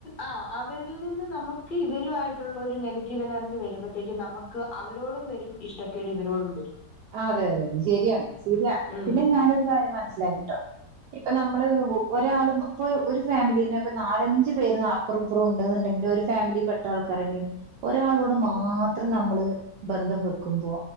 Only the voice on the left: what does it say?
ആഹ് അവരിൽ നിന്ന് നമുക്ക് ഇവരുമായിട്ടുള്ള ഒരു നെഗറ്റീവ് എനർജി വരുമ്പോഴത്തേക്കും നമു ക്ക് അവരോടും വരും ഇഷ്ടക്കേട് ഇവരോടും വരും
ഉം